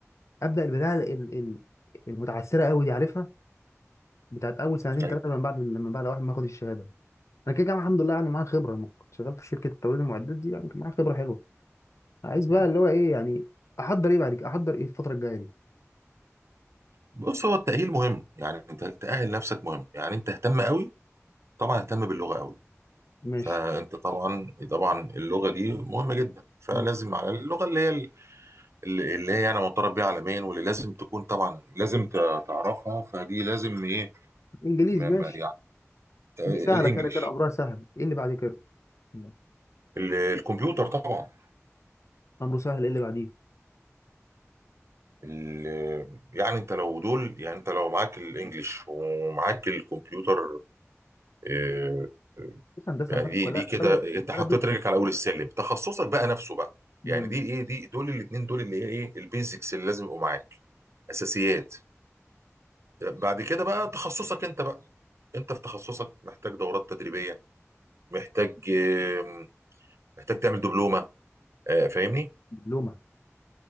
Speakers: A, on the left; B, on the right.
A: ابدا البدايه ال- ال- المتعثره قوي دي عارفها بتاعت اول سنتين
B: ايوه
A: ثلاثه من بعد من بعد واحد ما ياخد الشهاده انا كده كده الحمد لله يعني معايا خبره لما كنت شغال في شركه التوريد المعدات دي يعني كان معايا خبره حلوه عايز بقى
B: مم.
A: اللي هو ايه يعني احضر ايه بعد كده احضر ايه الفتره الجايه دي
B: بص هو التأهيل مهم يعني انت تأهل نفسك مهم يعني انت اهتم قوي طبعا اهتم باللغة قوي
A: ماشي
B: فانت طبعا طبعا اللغة دي مهمة جدا فلازم
A: م.
B: على اللغة اللي هي اللي اللي هي يعني معترف بيها عالميا واللي لازم تكون طبعا لازم ت- تعرفها فدي لازم ايه
A: انجليزي
B: ما
A: ماشي
B: ما يعني آه،
A: دي سهله
B: الانجليش
A: كده كده امرها سهل ايه اللي بعد كده لا.
B: ال- الكمبيوتر طبعا
A: امره سهل ايه اللي بعديه
B: ال- يعني انت لو دول يعني انت لو معاك الانجليش ومعاك الكمبيوتر آه،
A: بص هندسه
B: يعني
A: البلد
B: دي
A: كلها
B: دي كده
A: بلد
B: انت حطيت
A: بلد دي
B: رجلك على اول السلم تخصصك بقى نفسه بقى
A: م،
B: يعني دي ايه دي دول الاثنين دول اللي هي ايه البيزكس اللي لازم يبقوا معاك اساسيات بعد كده بقى تخصصك انت بقى انت في تخصصك محتاج دورات تدريبية محتاج آم، محتاج تعمل دبلومة آه، فاهمني
A: دبلومه